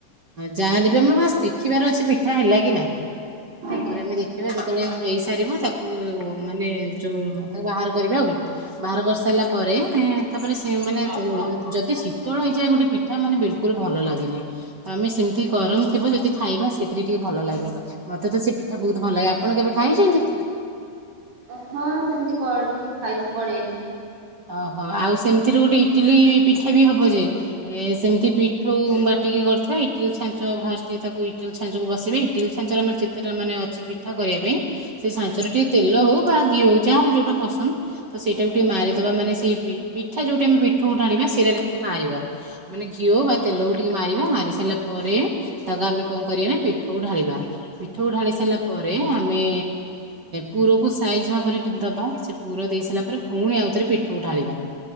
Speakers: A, on the right; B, on the right.
A: ଯାହାହେଲେ ବି ଆମର ବାସ୍ ଦେଖିବାର ଅଛି ପିଠା ହେଲା କି ନାହିଁ ତାପରେ
B: ଆଜ୍ଞା।
A: ଆମେ ଦେଖିବା ଯେତେବେଳେ ହେଇସାରିବ ତା ତା ମାନେ ଯୋଉ ତାକୁ ବାହାର କରିବା ଆଉ ବାହାର କରିସାରିଲା ପରେ ତାପରେ ମାନେ ଯଦି ଶୀତଳ ହେଇଯାଏ ଗୋଟେ ପିଠା ମାନେ ବିଲକୁଲ ଭଲ ଲାଗେନି ତ ଆମେ ସେମ ଗରମ ଥିବ ଯଦି ଖାଇବା ସେଥିରେ ଟିକେ ଭଲ ଲାଗେ ମତେ ତ ସେ ପିଠା ବହୁତ ଭଲ ଲାଗେ ଆ ଆପଣ କେବେ ଖାଇଛନ୍ତି?
B: ଓ ହଁ ସେମିତି କରିକି ଖାଇଛୁ ପଡେଇରେ
A: ଓହୋ ଆଉ ସେମିତିରେ ଗୋଟେ ଇଟିଲି ପିଠା ବି ହବ ଯେ ଏ ସେମିତି ପିଠୋ ବାଟିକି କରିଥିବା ଇଟିଲୀ ଛାଞ୍ଚ ଫାଷ୍ଟ ତାକୁ ଇଟିଲୀ ଛାଞ୍ଚକୁ ବସିବେ ଇଟିଲୀ ଛାଞ୍ଚରେ ଆମର ଯେତେଟା ମାନେ ଅଛି ପିଠା କରିବା ପାଇଁ ସେଇ ସାଞ୍ଚର
B: ଆଜ୍ଞା
A: ଟିକେ ତେଲ ହଉ ବା ଘି ଯା ର ଯୋଉଟା ପସନ୍ଦ ତ ସେଇଟା ଗ ଟିକେ ମାରି ବା ମାନେ ପିଠା ଯୋଉଠି ଆମେ ପିଠ ଢାଳିବା ସିରାରେ ଟିକେ ମାରିବା ମାନେ ଘିଅ
B: ଆଜ୍ଞା
A: ବା ତେଲକୁ ଟିକେ ମାରିବା ମାରି ସାରିଲା ପରେ ତାକୁ ଆମେ କଣ କରିବା ନା ପିଠ ଢାଳିବା ପିଠ ଢାଳି ସାରିଲା ପରେ ଆମେ ପୁରକୁ ସାଇଜ ଭାବରେ ଦବା ସେ ପୁର ଦେଇ ସାରିଲା ପରେ ପୁଣି ଆଉ ରେ ପିଠୋଉ ଢାଳିବା